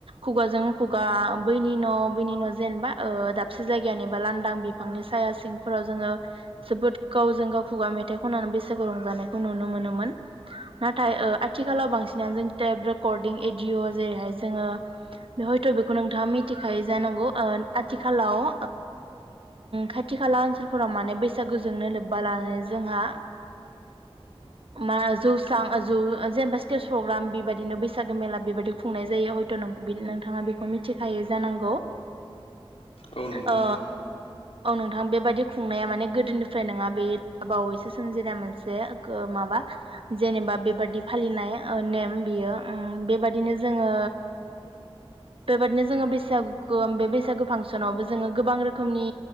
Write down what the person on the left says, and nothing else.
औ नंगौ
नोंथां